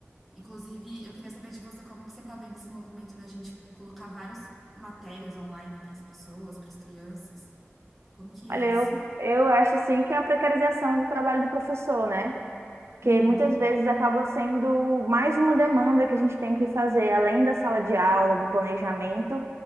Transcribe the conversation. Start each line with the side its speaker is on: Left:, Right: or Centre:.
Centre: Inclusive, eu queria saber de você como que você está vendo esse movimento da gente colocar várias matérias online para as pessoas, para as crianças. Como que
Right: Olha,
Centre: é isso?
Right: eu, eu acho assim que é a precarização do trabalho do professor, né? que
Centre: Uhum,
Right: muitas vezes acaba sendo mais uma demanda que a gente tem que fazer, além da sala de aula, do planejamento,